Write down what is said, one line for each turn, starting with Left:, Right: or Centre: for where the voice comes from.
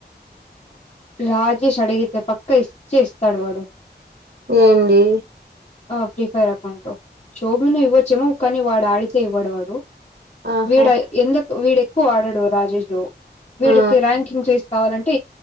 Left: రాజేష్ అడగతే పక్క ఇచ్చే ఇస్తాడువాడు
Right: ఏడి
Left: ఆ ఫ్రీ ఫైర్ అకౌంట్ షోభూను ఇవ్వచ్చేమో కానీ వాడు ఆడితే ఇవ్వడు వాడు
Right: ఆహా
Left: వీడ ఎందుకు వీడెక్కువ ఆడాడు రాజేష్ వీడికి
Right: ఆ
Left: ర్యాంకింగ్ చేసి కావాలంటే